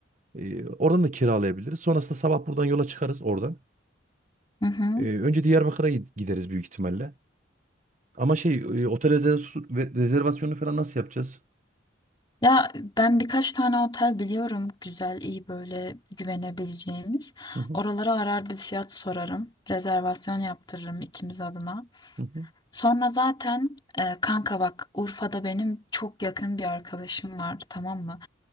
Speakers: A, on the right; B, on the left.
A: ee, oradan da kiralayabiliriz. Sonrasında sabah buradan yola çıkarız oradan.
B: Hı hı.
A: Ee, önce Diyarbakır'a gid- gideriz büyük ihtimalle. Ama şey ee, otel rezervas- ve- rezervasyonu falan nasıl yapacağız?
B: Ya ben birkaç tane otel biliyorum güzel, iyi böyle güvenebileceğimiz.
A: Hı hı.
B: Oralara arar bir fiyat sorarım. Rezervasyon yaptırırım ikimiz adına.
A: Hı hı.
B: Sonra zaten e, kanka bak Urfa'da benim çok yakın bir arkadaşım vardı tamam mı?